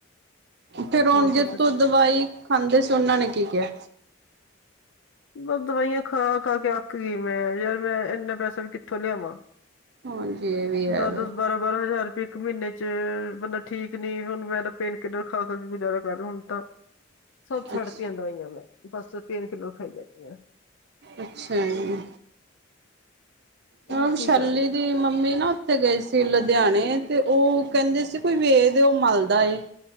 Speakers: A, on the right; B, on the left.
A: ਫੇਰ ਹੋਣ
B: ਹੋਰ
A: ਜਿਤੋਂ
B: ਤੁਸੀਂ ਸੁਣਾਓ
A: ਦਵਾਈ ਖਾਂਦੇ ਸੀ ਓਨਾਂ ਨੇ ਕੀ ਕਿਆ?
B: ਬਸ ਦਵਾਈਆਂ ਖਾ, ਖਾ ਕੇ ਗੀ ਮੈਂ ਯਾਰ ਮੈਂ ਏਨਾ ਪੈਸਾ ਵੀ ਕਿੱਥੋਂ ਲਿਆਵਾਂ।
A: ਹਾਂਜੀ ਇਹ ਵੀ ਹੈ
B: ਦਸ,
A: ਵੇ
B: ਦਸ ਬਾਰਾਂ, ਬਾਰਾਂ ਹਜਾਰ ਰੁਪਏ ਇਕ ਮਹੀਨੇ ਚ, ਬੰਦਾ ਠੀਕ ਨੀ ਹੁਨ ਮੈਂ ਤਾਂ ਪੇਨ ਕਿਨਰ ਖਾ, ਖਾਕੇ ਗੁਜਾਰਾ ਕਰੀਆਂ, ਹੁਨ ਤਾਂ ਸਬ ਛੱਡਤੀਆਂ
A: ਅੱਛ
B: ਦਵਾਈਆਂ ਮੈਂ ਬਸ, ਪੇਨ ਕਿਲਰ ਖਾਈ ਜਾਨੀ ਆ।
A: ਅੱਛਾ ਜੀ।
B: ਉਹ
A: ਹਾ ਵਿਸ਼ਾਲੀ
B: ਕੀ ਕਰਾਂ
A: ਤੇ ਮੰਮੀ ਨਾ ਓਥੇ ਗਏ ਸੀ ਲੁਧਿਆਣੇ ਤੇ ਓ ਕਹਿੰਦੇ ਸੀ ਕੋਈ ਵੇਦ ਏ ਓ ਮਲਦਾ ਏ।